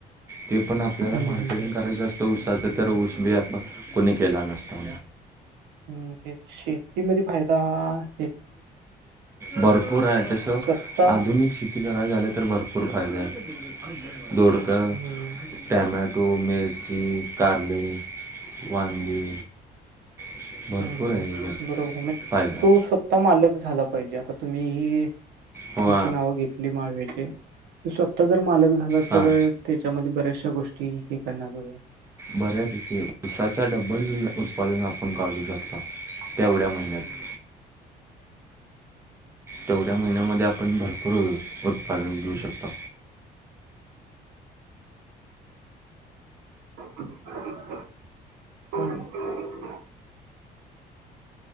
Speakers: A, on the right (about 15°); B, on the right (about 85°).
A: ते पण आपल्याला
B: हम्म
A: मार्केटिंग करायचं असतं ऊसाचं तर ऊस बी आपण कोणी केला नसता.
B: हम तेच शेतीमध्ये फायदा ह
A: भरपूर आहे तसं
B: स्वतः
A: आधुनिक शेती करायाचं झालं तर भरपूर भरपूर फायदा आहे दोडक
B: हम्म
A: टमॅटो, मिर्ची, करले, वांगी, <unintelligible>
B: हम
A: आहे याच्यात
B: बरोबर म
A: फायदा
B: तू आता मालक झाला पाहिजे, आता तुम्ही ही
A: हो
B: हिची नाव घेतली. स्वतः जर मालक झाला
A: हां
B: तर त्याच्यामध्ये बऱ्याचशा गोष्टी <unintelligible>
A: बऱ्यापैकी तिथे ऊसाचा डबल उत्पादन आपण काढू शकतो, तेवढ्या महिन्यात. तेवढ्या महिन्यामध्ये आपण भरपूर उत्पादन घेऊ शकतो.
B: <unintelligible>